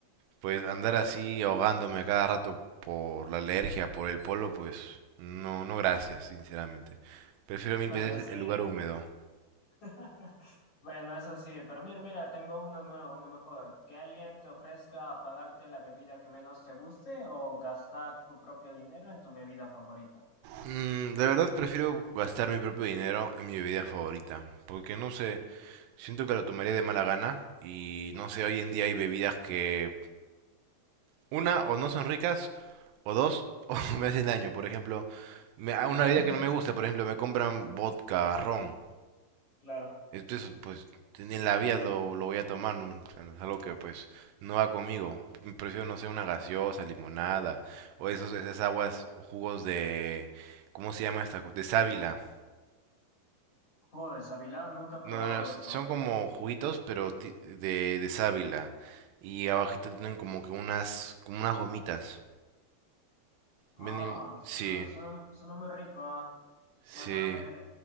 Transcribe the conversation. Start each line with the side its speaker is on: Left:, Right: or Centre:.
Right: pues andar así ahogándome a cada rato por la alergia, por el polo, pues no, no gracias, sinceramente. Prefiero
Left: Bueno,
Right: mil veces
Left: sí,
Right: el lugar húmedo.
Left: <laughs> Bueno, eso sí, pero mira, mira, tengo uno nuevo, uno mejor. Que alguien te ofrezca pagarte la bebida que menos te guste o gastar tu propio dinero en tu bebida favorita.
Right: Mm, de verdad prefiero gastar mi propio dinero en mi bebida favorita, porque no sé, siento que lo tomaría de mala gana y no sé, hoy en día hay bebidas que una o no son ricas o dos <laughs> o me hacen daño. Por ejemplo, me,
Left: Bueno,
Right: a una
Left: <laughs>
Right: bebida que no me gusta, por ejemplo, me compran vodka, ron.
Left: Claro.
Right: Entonces, pues en la vida lo, lo voy a tomar, ¿no? O sea, no es algo que pues no va conmigo. Prefiero, no sé, una gaseosa, limonada o esos, esas aguas, jugos de... ¿Cómo se llama esta? co- De sábila.
Left: joder, Avilán, nunca he probado
Right: No, no, no, son
Left: eso. Ah,
Right: como juguitos, pero ti- de, de sábila. Y abajito tienen como que unas, como unas gomitas.
Left: Ah,
Right: Vienen,
Left: suena,
Right: sí,
Left: suena, suena muy rico. ah.
Right: sí,
Left: Bueno, a ver, eh,